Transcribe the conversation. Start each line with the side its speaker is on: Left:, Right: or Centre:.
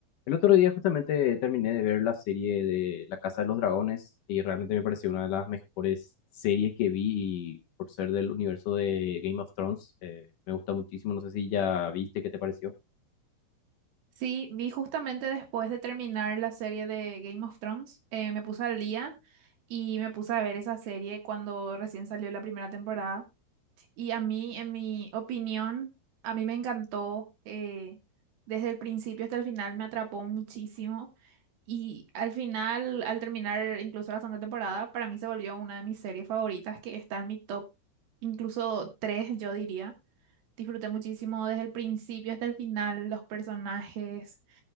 Left: El otro día justamente terminé de ver la serie de La Casa de los Dragones y realmente me pareció una de las mejores series que vi y por ser del universo de Game of Thrones, eh, me gusta muchísimo, no sé si ya viste, ¿qué te pareció?
Right: Sí, vi justamente después de terminar la serie de Game of Thrones, eh, me puse al día y me puse a ver esa serie cuando recién salió la primera temporada. Y a mí, en mi opinión, a mí me encantó, eh, desde el principio hasta el final me atrapó muchísimo. Y al final, al terminar incluso la segunda temporada, para mí se volvió una de mis series favoritas que está en mi top, incluso tres, yo diría. Disfruté muchísimo desde el principio hasta el final, los personajes.